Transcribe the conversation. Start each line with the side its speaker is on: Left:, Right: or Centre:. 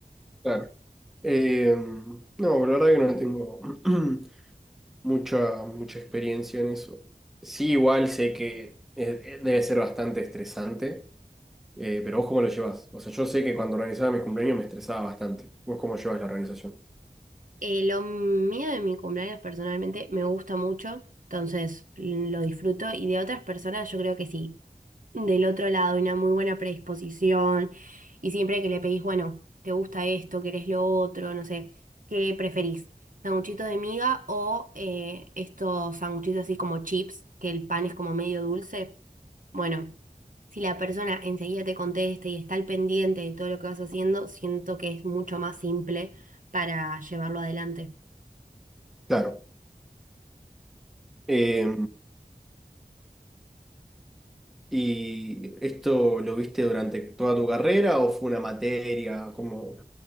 Centre: Claro. Eh, no, pero la verdad que no tengo <clears throat> mucha, mucha experiencia en eso. Sí, igual sé que eh, eh, debe ser bastante estresante. Eh, pero vos cómo lo llevas? O sea, yo sé que cuando organizaba mis cumpleaños me estresaba bastante. ¿Vos cómo llevas la organización?
Right: Eh, lo mío de mi cumpleaños personalmente me gusta mucho, entonces lo disfruto y de otras personas yo creo que sí. Del otro lado, una muy buena predisposición y siempre que le pedís, bueno, ¿te gusta esto? ¿Querés lo otro? No sé, ¿qué preferís? ¿Sanguchitos de miga o eh, estos sanguchitos así como chips, que el pan es como medio dulce? Bueno, si la persona enseguida te contesta y está al pendiente de todo lo que vas haciendo, siento que es mucho más simple para llevarlo adelante.
Centre: Claro. Eh, ¿y esto lo viste durante toda tu carrera o fue una materia? ¿Cómo,